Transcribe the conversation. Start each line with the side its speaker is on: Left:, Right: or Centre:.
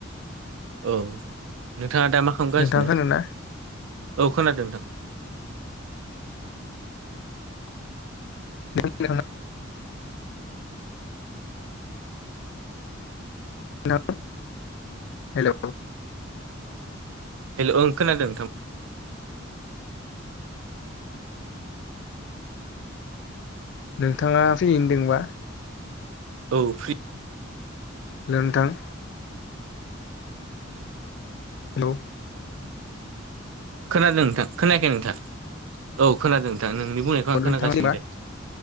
Right: औ नोंथाङा दा मा खालामगासिनो
Left: नोंथां खोनादोंना
Right: औ खोनादों नोंथां
Left: नोंथाङा हेलौ हेलौ
Right: हेल' ओं खोनादों नोंथां
Left: नोंथाङा फ्रियैनोदोंबा
Right: औ फ्रि
Left: हेलौ नोंथां हेलौ
Right: खोनादों नोंथां खोनायाखै नोंथां औ खोनादों नोंथां नोंनि बुंनायखौ
Left: अ
Right: आं खोनागासिनो
Left: नोंथां होनबा
Right: दे